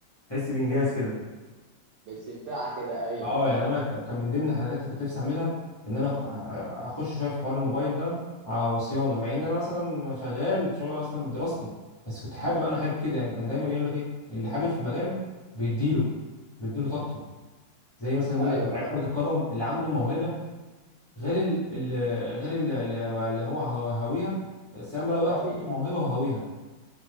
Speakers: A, on the left; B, on the right.
A: تحس بانجاز كده
B: باستمتاع كده ايوه
A: اه
B: فاهم
A: يعني انا ك- كان من ضمن الحاجات اللي كنت نفسي اعملها ان انا أخ- اخش شويه في حوار الموبايل ده على صيانه مع ان انا اصلا شغال شغل اصلا بدراستي بس كنت حابب انا حابب كده يعني كان دايما يقول لك ايه اللي حابب في مجال بيديله بيديله طاقته زي مثلا بيقول
B: ايوه
A: لك لعيب
B: فاهم
A: كره القدم اللي عنده الموهبه غير ال ال غير ال ال- اللي هو هو- هاويها سام بقى لو
B: اللي
A: واحد
B: هو بيمارس
A: عنده الموهبه وهاويها